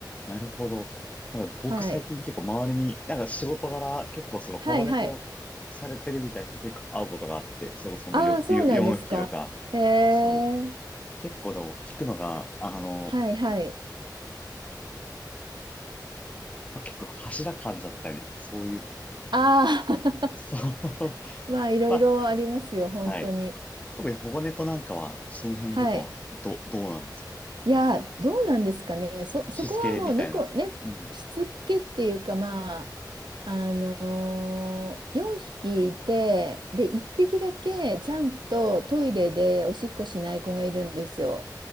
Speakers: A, on the left (about 20°); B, on the right (about 80°).
A: なるほど。なんか僕最近結構周りに、
B: はい。
A: なんか仕事柄結構その保護猫されてるみたいな人結構会うことがあって、
B: はいはい。
A: それこそほんとよよ4匹とか、
B: ああ、そうなんですか。へえ。
A: そう。結構でも聞くのが、あの、
B: はいはい。
A: まあ、結構柱噛んじゃったりとか、そういうの。
B: ああ、
A: そう。<laughs>
B: <laughs> まあいろいろありますよ、
A: まあ、
B: 本当に。
A: はい。特に保護猫なんかは、その辺とかは、
B: はい。
A: ど、どうなんですかなんか
B: いや、どうなんですかね。そ、
A: しつけみたいな。
B: そこはもう猫、ね、
A: うん。
B: しつけっていうか、まあ、あのー、4匹いて、で、1匹だけちゃんとトイレでおしっこしない子がいるんですよ。